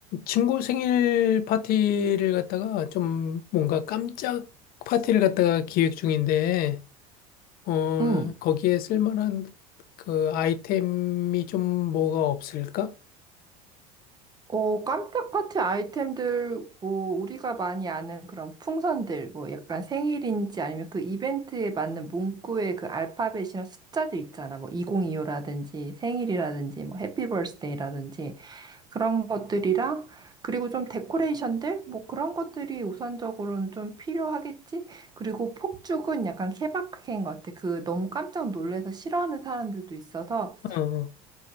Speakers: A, on the left; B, on the right.
A: 친구 생일 파티를 갖다가 좀 뭔가 깜짝 파티를 갖다가 기획 중인데, 어,
B: 응.
A: 거기에 쓸만한 그 아이템이 좀 뭐가 없을까?
B: 어, 깜짝 파티 아이템들, 뭐, 우리가 많이 아는 그런 풍선들, 뭐, 약간 생일인지 아니면 그 이벤트에 맞는 문구의 그 알파벳이나 숫자들 있잖아. 뭐, 2025라든지 생일이라든지 뭐, 해피 버스데이라든지 그런 것들이랑, 그리고 좀 데코레이션들? 뭐, 그런 것들이 우선적으로는 좀 필요하겠지? 그리고 폭죽은 약간 케바케인 것 같아. 그 너무 깜짝 놀래서 싫어하는 사람들도 있어서,
A: 어,